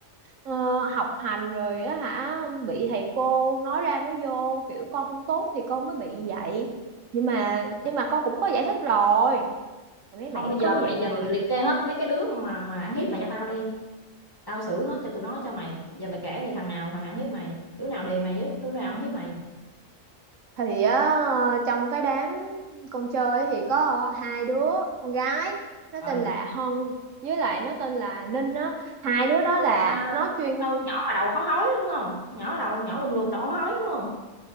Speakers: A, on the right; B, on the left.
A: ờ, học hành rồi á hả bị thầy cô nói ra nói vô, kiểu con không tốt thì con mới bị vậy. Nhưng mà nhưng mà con cũng có giải thích rồi. Mấy
B: không
A: bạn
B: bây giờ
A: cứ vậy
B: bây giờ
A: hoài.
B: mày liệt kê hết mấy cái đứa mà mà ăn hiếp mày cho tao đi tao xử hết cho tụi nó cho mày giờ mày kể đi thằng nào thằng nào hiếp mày đứa nào đì mày nhất đứa nào không hiếp mày
A: thì á trong cái đám con chơi ấy thì có hai đứa con gái nó
B: rồi
A: tên là Hân với lại nó tên là Ninh á hai đứa đó là
B: à,
A: nó chuyên
B: con nhỏ mà đầu khó hói đúng không nhỏ đầu nhỏ lùn lùn đầu khó hói đúng không